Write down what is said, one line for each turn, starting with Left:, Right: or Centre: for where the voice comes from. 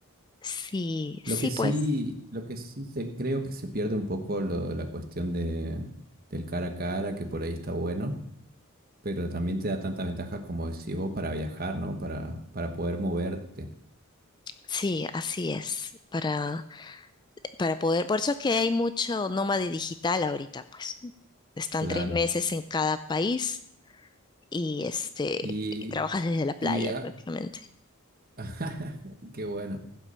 Left: sí,
Right: Lo
Left: sí,
Right: que
Left: pues,
Right: sí, lo que sí se, creo que se pierde un poco lo- la cuestión de, del cara a cara, que por ahí está bueno, pero también te da tantas ventajas como decís vos para viajar, ¿no? Para, para poder moverte,
Left: sí, así es. Para, para poder, por eso es que hay mucho nómade digital ahorita, pues. Están
Right: claro.
Left: tres meses en cada país y este,
Right: Y,
Left: y trabajas desde la playa
Right: y a-
Left: prácticamente.
Right: <laughs> qué bueno.